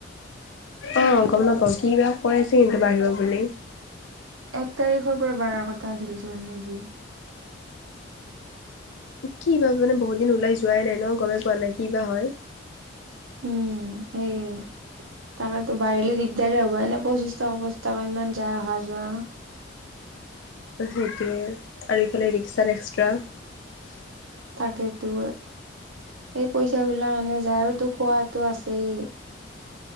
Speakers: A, on the left; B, on the right.
A: অ' গম নাপাও কিবা কৈ আছে কিন্তু বাঢ়িব বুলি।
B: এক তাৰিখৰ পৰা বাৰাৰ কথা আছিল চোন নেকি?
A: কি বা মানে বহুত দিন ওলাই যোৱাই নাই ন গমেই পোৱা নাই কি বা হয়।
B: উম, সেই তাকেতো বাঢ়িলে দিগদাৰে হ'ব এনে পঁচিশ টকা-পঁচিশ টকা ইমান যায় অহা-যোৱা।
A: সেইটোয়ে আৰু ইফালে ৰিক্সাত এক্সট্ৰা।
B: তাকেটো। এই পইচা বিলাক আনে যায় আৰু তো খোৱাতো আছেই।